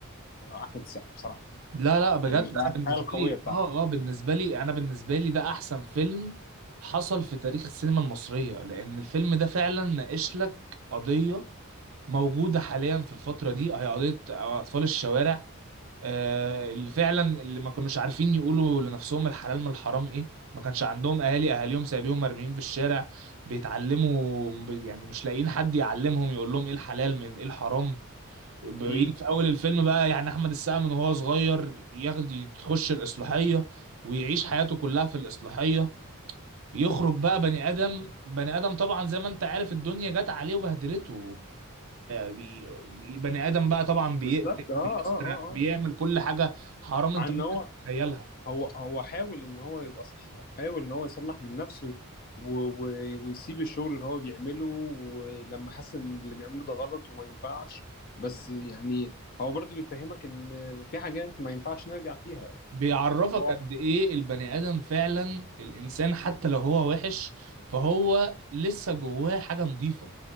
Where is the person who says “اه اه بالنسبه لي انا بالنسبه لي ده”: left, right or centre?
Right